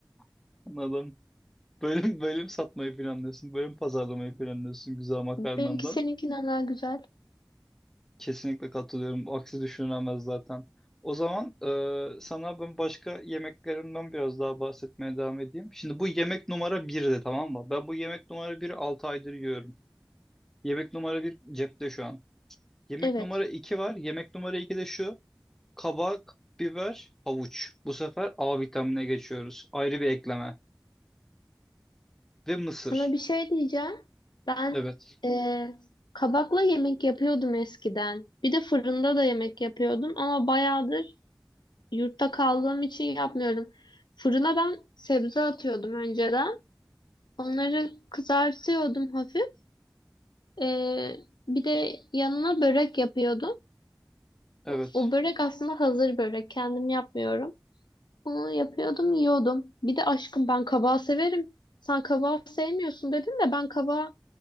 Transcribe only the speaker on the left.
Benimki seninkinden daha güzel.
Evet.
Sana bir şey diyeceğim. Ben
ee, kabakla yemek yapıyordum eskiden. Bir de fırında da yemek yapıyordum ama bayağıdır yurtta kaldığım için yapmıyorum. Fırına ben sebze atıyordum önceden. Onları kızartıyordum hafif. Ee, bir de yanına börek yapıyordum.
O o börek aslında hazır börek. Kendim yapmıyorum. Bunu yapıyordum, yiyordum. Bir de aşkım ben kabağı severim. Sen kabağı sevmiyorsun dedin de ben kabağı